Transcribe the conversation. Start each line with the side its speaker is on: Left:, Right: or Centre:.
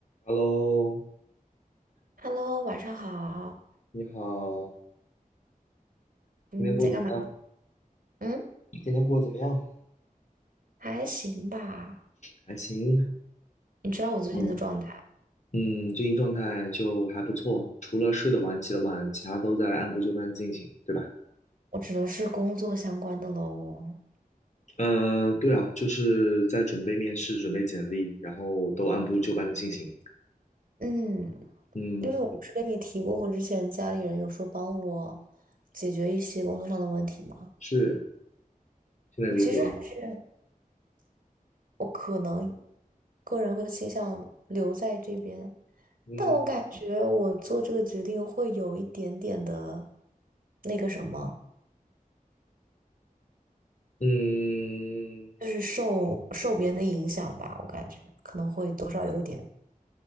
Left: 哈喽，
Right: Hello，晚上好。
Left: 你好，
Right: 嗯，
Left: 今天过得怎么样？
Right: 在干嘛？嗯，
Left: 今天过得怎么样？
Right: 还行吧。
Left: 还行，
Right: 你知道我最近的状态，
Left: 嗯嗯，最近状态就还不错，除了睡得晚、起得晚，其他都在按部就班进行，对吧？
Right: 我指的是工作相关的喽。
Left: 呃，对啊，就是在准备面试、准备简历，然后都按部就班的进行。
Right: 嗯，
Left: 嗯，
Right: 因为我不是跟你提过，我之前家里人有说帮我解决一些工作上的问题吗？
Left: 是，现在如何？
Right: 我其实还是我可能个人会倾向留在这边，
Left: 嗯
Right: 但我感觉我做这个决定会有一点点的那个什么，
Left: 嗯，
Right: 就是受受别人的影响吧，我感觉可能会多少有一点。